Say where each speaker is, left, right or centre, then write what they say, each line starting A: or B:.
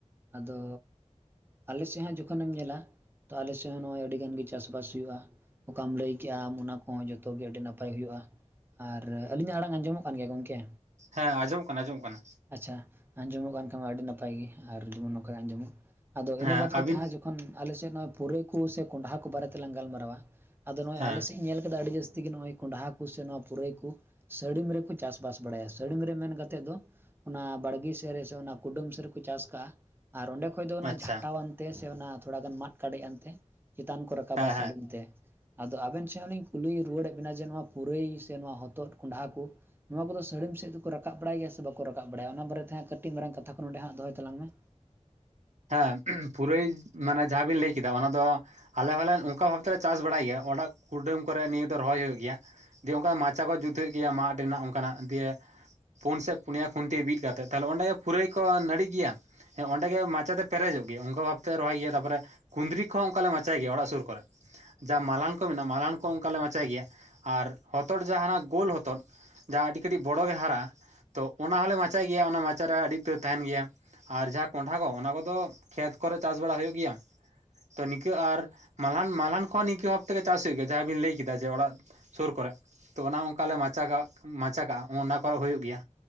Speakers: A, on the right; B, on the right.
A: ᱟᱫᱚᱼᱼ ᱟᱞᱮ ᱥᱮᱫ ᱦᱚᱸ ᱡᱚᱠᱷᱚᱱᱮᱢ ᱧᱮᱞᱟ ᱛᱚ ᱟᱞᱮ ᱥᱮᱫ ᱦᱚᱸ ᱱᱚᱜᱼᱚᱭ ᱟᱹᱰᱤ ᱜᱟᱱ ᱜᱮ ᱪᱟᱥ ᱵᱟᱥ ᱦᱩᱭᱩᱜᱼᱟ ᱚᱠᱟᱢ ᱞᱟᱹᱭ ᱠᱮᱜᱼᱟᱢ ᱚᱱᱟ ᱠᱚ ᱦᱚᱸ ᱡᱚᱛᱚ ᱜᱮ ᱟᱹᱰᱤ ᱱᱟᱯᱟᱭ ᱜᱮ ᱦᱩᱭᱩᱜᱼᱟ ᱟᱨ ᱟᱹᱞᱤᱧᱟᱜ ᱟᱲᱟᱝ ᱟᱸᱡᱚᱢᱚᱜ ᱠᱟᱱ ᱜᱮᱭᱟ ᱜᱚᱝᱠᱮ,
B: ᱦᱮᱸ ᱟᱸᱡᱚᱢᱚᱜ ᱠᱟᱱᱟ ᱟᱸᱡᱚᱢᱚᱜ ᱠᱟᱱᱟ
A: ᱟᱪᱪᱷᱟ ᱟᱸᱡᱚᱢᱚᱜ ᱠᱟᱱ ᱠᱷᱟᱱ ᱢᱟ ᱟᱹᱰᱤ ᱱᱟᱯᱟᱭ ᱜᱮ ᱟᱨ ᱡᱮᱢᱚᱱ ᱱᱚᱝᱠᱟ ᱟᱸᱡᱚᱢᱚᱜ ᱟᱫᱚ
B: ᱦᱮᱸ
A: ᱤᱱᱟᱹ ᱵᱟᱫ
B: ᱟᱹᱵᱤᱱ
A: ᱠᱟᱛᱮᱫ ᱦᱟᱸ <unintelligible> ᱟᱞᱮ ᱥᱮᱫ ᱱᱚᱣᱟ ᱯᱩᱨᱟᱹᱭ ᱠᱚ ᱥᱮ ᱠᱚᱸᱰᱷᱟ ᱠᱚ ᱵᱟᱨᱮ ᱛᱮᱞᱟᱝ ᱜᱟᱞᱢᱟᱨᱟᱣᱟ ᱟᱫᱚ ᱱᱚᱜ ᱚᱭ
B: ᱦᱮᱸ
A: ᱟᱞᱮ ᱥᱮᱫ ᱤᱧ ᱧᱮᱞ ᱠᱮᱫᱟ ᱟᱹᱰᱤ ᱡᱟᱹᱥᱛᱤ ᱜᱮ ᱱᱚᱜᱼᱚᱭ ᱠᱚᱸᱰᱷᱟ ᱠᱚ ᱥᱮ ᱱᱚᱣᱟ ᱯᱩᱨᱟᱹᱭ ᱠᱚ ᱥᱟᱹᱲᱤᱢ ᱨᱮ ᱠᱚ ᱪᱟᱥ ᱵᱟᱥ ᱵᱟᱲᱟᱭᱟ ᱥᱟᱹᱲᱤᱢ ᱨᱮ ᱢᱮᱱ <unintelligible> ᱛᱮᱫ ᱫᱚ ᱚᱱᱟ ᱵᱟᱲᱜᱮ ᱥᱮᱫ ᱨᱮ ᱥᱮ ᱚᱱᱟ ᱠᱩᱰᱟᱹᱢ ᱥᱮᱫ ᱨᱮ ᱠᱚ ᱪᱟᱥ ᱠᱟᱜᱼᱟ ᱟᱨ ᱚᱸᱰᱮ ᱠᱷᱚᱡ ᱫᱚ ᱚᱱᱟ
B: ᱟᱪᱪᱷᱟ
A: ᱡᱷᱟᱴᱟᱣ ᱟᱱ ᱛᱮ ᱥᱮ ᱚᱱᱟ ᱛᱷᱚᱲᱟ ᱜᱟᱱ ᱢᱟᱫ ᱠᱟᱰᱮᱡ ᱟᱱᱛᱮᱼᱼ ᱪᱮᱛᱟᱱ ᱠᱚ ᱨᱟᱠᱟᱵᱟ
B: ᱦᱮᱸ
A: ᱥᱟᱹᱲᱤᱢ ᱛᱮᱼᱼ ᱟᱫᱚ ᱟᱵᱮᱱ ᱥᱮ ᱦᱚᱸ ᱞᱤᱧ ᱠᱩᱞᱤ ᱨᱩᱣᱟᱹᱲ ᱮᱫ ᱵᱮᱱᱟ ᱡᱮ ᱱᱚᱣᱟ ᱯᱩᱨᱟᱹᱭ ᱥᱮ ᱱᱚᱣᱟ ᱦᱚᱛᱚᱫ ᱠᱚᱸᱱᱰᱷᱟ ᱠᱚᱼᱼ ᱱᱚᱣᱟ ᱠᱚ ᱫᱚ ᱥᱟᱹᱲᱤᱢ ᱥᱮᱫ ᱫᱚ ᱠᱚ ᱨᱟᱠᱟᱵ ᱵᱟᱲᱟᱭ ᱜᱮᱭᱟ ᱥᱮ ᱵᱟᱠᱚ ᱨᱟᱠᱟᱵ ᱵᱟᱲᱟᱭᱟ ᱚᱱᱟ ᱵᱟᱨᱮ ᱛᱮ ᱠᱟᱹᱴᱤᱡ ᱢᱟᱨᱟᱝ ᱠᱟᱛᱷᱟ ᱠᱚ ᱱᱚᱰᱮ ᱦᱟᱸᱜ ᱫᱚᱦᱚᱭ ᱛᱟᱞᱟᱝ ᱢᱮ
B: ᱦᱮᱸ ᱯᱩᱨᱟᱹᱭ ᱢᱟᱱᱮ ᱡᱟᱦᱟᱸ ᱵᱤᱱ ᱞᱟᱹᱭ ᱠᱮᱫᱟ ᱚᱱᱟ ᱫᱚᱼᱼ ᱟᱞᱮ ᱦᱚᱸᱞᱮ ᱚᱱᱠᱟ ᱵᱷᱟᱵ ᱛᱮᱞᱮ ᱪᱟᱥ ᱵᱟᱲᱟᱭ ᱜᱮᱭᱟ ᱚᱲᱟᱜ ᱠᱩᱰᱟᱹᱢ ᱠᱚ ᱨᱮ ᱱᱤᱭᱟᱹ ᱫᱚ ᱨᱚᱦᱚᱭ ᱦᱩᱭᱩᱜ ᱜᱮᱭᱟ ᱫᱤᱭᱮ ᱚᱱᱠᱟ ᱢᱟᱪᱟ ᱠᱚ ᱡᱩᱛ ᱦᱩᱭᱩᱜ ᱜᱮᱭᱟ ᱢᱟᱫ ᱨᱮᱱᱟᱜ ᱚᱱᱠᱟᱱᱟᱜ ᱫᱤᱭᱮᱼᱼ ᱯᱩᱱ ᱥᱮᱫ ᱯᱩᱱᱭᱟ ᱠᱷᱩᱱᱴᱤ ᱵᱤᱫ ᱠᱟᱛᱮᱫ ᱛᱟᱦᱞᱮ ᱚᱸᱰᱮ ᱯᱩᱨᱟᱹᱭ ᱠᱚ ᱱᱟᱹᱲᱤᱜ ᱜᱮᱭᱟ ᱚᱸᱰᱮ ᱜᱮ ᱢᱟᱪᱟᱼᱼ <unintelligible> ᱯᱮᱨᱮᱡᱚᱜ ᱜᱮᱭᱟ ᱚᱱᱠᱟ ᱵᱷᱟᱛᱮ ᱨᱚᱦᱚᱭ ᱜᱮᱭᱟ ᱛᱟᱯᱚᱨᱮ ᱠᱩᱸᱫᱽᱨᱤ ᱠᱚ ᱦᱚᱸ ᱚᱱᱠᱟ ᱞᱮ ᱢᱟᱪᱟᱭ ᱜᱮᱭᱟ ᱚᱲᱟᱜ ᱥᱩᱨ ᱠᱚ ᱨᱮᱼᱼ ᱡᱟᱦᱟᱸ ᱢᱟᱞᱦᱟᱱ ᱠᱚ ᱢᱮᱱᱟᱜ ᱢᱟᱞᱦᱟᱱ ᱠᱚ ᱚᱱᱠᱟ ᱞᱮ ᱢᱟᱪᱟᱭ ᱜᱮᱭᱟ ᱟᱨ ᱦᱚᱛᱚᱫ ᱡᱟᱦᱟᱱᱟᱜ ᱜᱳᱞ ᱦᱚᱛᱚᱫᱼᱼ ᱡᱟᱦᱟᱸ ᱟᱹᱰᱤ ᱠᱟᱹᱴᱤᱡ ᱵᱚᱲᱚ ᱜᱮ ᱦᱟᱨᱟᱼᱼ ᱛᱚ ᱚᱱᱟ ᱦᱚᱞᱮ ᱢᱟᱪᱟᱭ ᱜᱮᱭᱟ ᱚᱱᱟ ᱢᱟᱪᱟ ᱨᱮ ᱟᱹᱰᱤ ᱩᱛᱟᱹᱨ ᱛᱟᱦᱮᱱ ᱜᱮᱭᱟ ᱟᱨ ᱡᱟᱦᱟᱸ ᱠᱚᱸᱰᱷᱟ ᱠᱚ ᱚᱱᱟ ᱠᱚᱼᱼ ᱛᱚ ᱠᱷᱮᱛ ᱠᱚ ᱨᱮ ᱪᱟᱥ ᱵᱟᱲᱟ ᱦᱩᱭᱩᱜ ᱜᱮᱭᱟ ᱛᱚ ᱱᱤᱝᱠᱟᱹ ᱟᱨ ᱢᱟᱞᱦᱟᱱ ᱢᱟᱞᱦᱟᱱ ᱠᱷᱚᱱ ᱱᱤᱠᱟᱹ ᱵᱷᱟᱵ ᱛᱮ ᱜᱮ ᱪᱟᱥ ᱦᱩᱭᱩᱜ ᱜᱮᱭᱟ ᱡᱟᱦᱟᱸᱭ ᱵᱤᱱ ᱞᱟᱹᱭ ᱠᱮᱫᱟ ᱡᱮ ᱚᱲᱟᱜᱼᱼ ᱥᱩᱨ ᱠᱚ ᱨᱮ ᱛᱚ ᱚᱱᱟ ᱚᱱᱠᱟ ᱞᱮ ᱢᱟᱪᱟ ᱠᱟᱜᱼᱟ ᱢᱟᱪᱟ ᱠᱟᱜᱼᱟ ᱚᱱᱟ ᱠᱚ ᱨᱮ ᱦᱩᱭᱩᱜ ᱜᱮᱭᱟ᱾